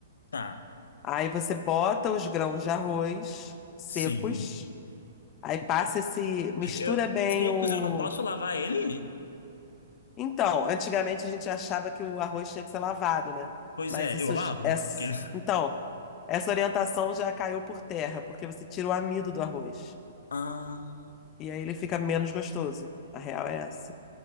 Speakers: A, on the left; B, on the left.
A: tá.
B: Aí você bota os grãos de arroz secos,
A: Sim.
B: aí passa esse, mistura
A: Eu,
B: bem
A: secos,
B: o.
A: eu não posso lavar ele?
B: Então, antigamente a gente achava que o arroz tinha que ser lavado, né?
A: Pois
B: Mas
A: é,
B: isso
A: eu lavo.
B: j- é. s-
A: Porque eles...
B: Então, essa orientação já caiu por terra, porque você tira o amido do arroz.
A: Ah,
B: E aí ele fica menos gostoso. A real é essa.